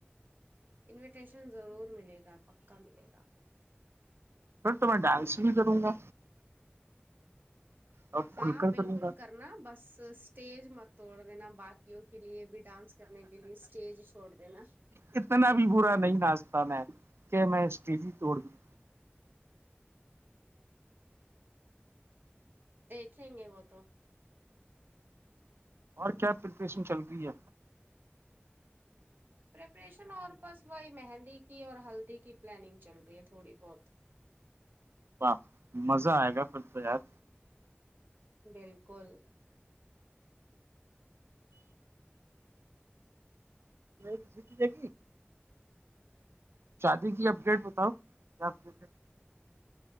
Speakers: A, on the right; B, on the right.
A: انویٹیشن ضرور ملے گا پکا ملے گا
B: سر تو میں ڈانس بھی کروں گا اور
A: ہاں
B: کھل کر
A: بالکل
B: کروں گا
A: کرنا بس اسٹیج مت توڑ دینا باقیوں کے لیے بھی ڈانس کرنے کے لیے اسٹیج چھوڑ د نا
B: اتنا بھی با نہیں ناچتا میں کہ میں اسٹیزی توڑ دوں
A: دیکھیں گے وہ تو
B: اور کیا پریپریشن چل رہی ہے
A: پریپریشن اور بس وہی مہندی کی اور ہلدی کی پلاننگ چل رہی ہے تھوڑی بہت
B: واہ مزہ آئے گا پھر تو یار
A: بالکل
B: نہیں سٹی جگی شادی کی اپڈیٹ بتاؤ کیا اپڈیٹ ہے